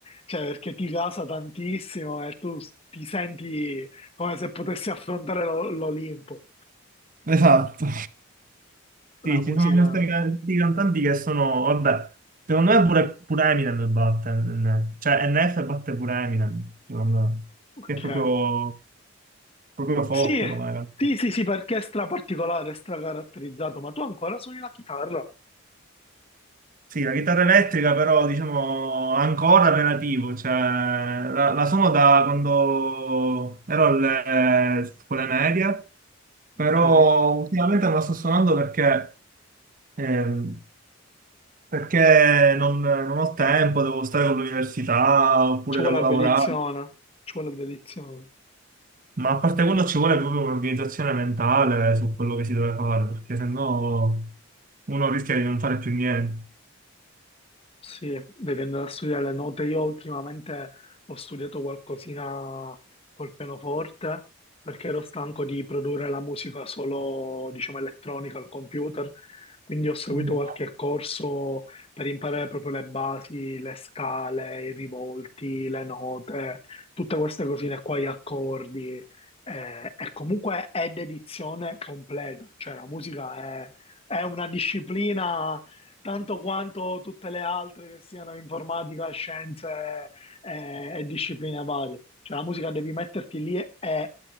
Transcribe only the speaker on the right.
Esatto. Sì,
ci
sono questi can- questi cantanti che sono, vabbè, secondo me pure, pure Eminem batte, NF. cioè NF batte pure Eminem, secondo me,
che è proprio, proprio forte
come... cantante.
Sì, la chitarra elettrica però diciamo ancora relativo, cioè la, la suono da quando ero alle eh, scuole medie, però
ultimamente non la sto suonando perché, ehm, perché non, non ho tempo, devo stare con l'università oppure
devo lavorare,
ma a parte quello ci vuole proprio un'organizzazione mentale su quello che si deve fare, perché sennò uno rischia di non fare più niente.
Mm.